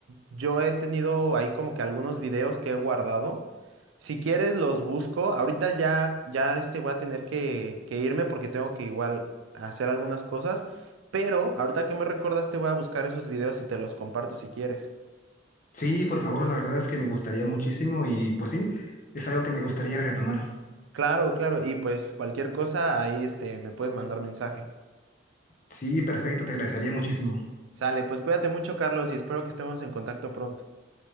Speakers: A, on the right (about 85°); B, on the left (about 40°).
A: Yo he tenido ahí como que algunos videos que he guardado. Si quieres los busco. Ahorita ya, ya este voy a tener que, que irme porque tengo que igual hacer algunas cosas. Pero ahorita que me recordaste voy a buscar esos videos y te los comparto si quieres.
B: Sí, por favor, la verdad es que me gustaría muchísimo y pues sí, es algo que me gustaría retomar.
A: Claro, claro. Y pues cualquier cosa ahí este me puedes mandar mensaje.
B: Sí, perfecto, te agradecería muchísimo.
A: Sale, pues cuídate mucho, Carlos, y espero que estemos en contacto pronto.